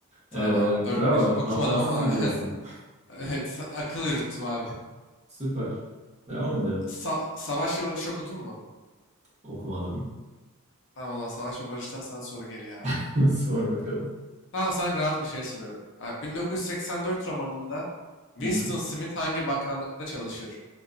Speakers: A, on the left; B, on the right.
A: Tamam
B: Ee,
A: abi dört
B: bravo,
A: bir. Okumadım
B: hatasız
A: ama
B: gidiyorsun.
A: <laughs> Evet, akıl yürüttüm abi.
B: Süper. Devam edelim.
A: Sa- Savaş ve Barış okudun mu?
B: Okumadım.
A: Tamam o zaman Savaş ve Barış'tan sana soru geliyor abi.
B: <laughs> Sor bakalım.
A: Tamam sana rahat bir şey soruyorum. Abi, 1984 romanında Winston
B: Hı-hı.
A: Smith hangi bakanlıkta çalışır?